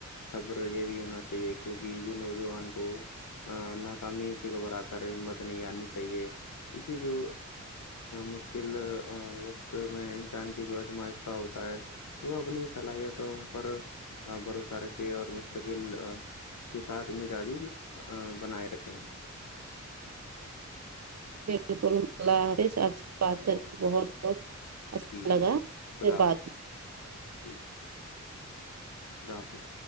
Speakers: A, on the left; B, on the right.
A: سبر یہ بھی ہونا چاہیے کیونکہ جو نوجوان کو ناکامی سے گھبرا کرمت نہیں آنی چاہیے کیونکہ جو مشکل وقت میں انسان کی جو اجمائش کا ہوتا ہے تو وہ اپنی صلاحیتوں پر بھروسہ رکھے اور مستقل کے ساتھ مزاجی بنائے رکھے ہیں
B: بالکل اللہ حافظ آپ سے بات کر کے بہت بہت اچھا
A: جی جی
B: لگا
A: خدا
B: پھر بات
A: حافظ جی خدا حافظ